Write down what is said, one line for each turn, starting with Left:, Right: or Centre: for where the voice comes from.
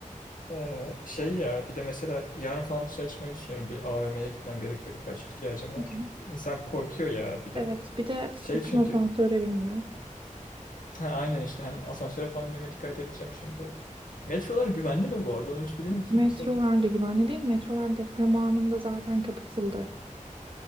Left: Ee, şey ya bir de mesela yarın falan dışarı çıkmayı düşünüyorum. Bir AVM'ye gitmem gerekiyor. Birkaç ihtiyacım var.
Right: Hı hı.
Left: İnsan korkuyor ya bir de.
Right: Evet, bir de sakın
Left: Şey çünkü
Right: asansöre binme.
Left: ha, aynen işte hem asansöre falan binmeme dikkat edeceğim şimdi. Metrolar güvenli mi bu arada? Onu hiç biliyor musun
Right: Metrolar
Left: mesela?
Right: da güvenli değil. Metrolar deprem anında zaten kapatıldı.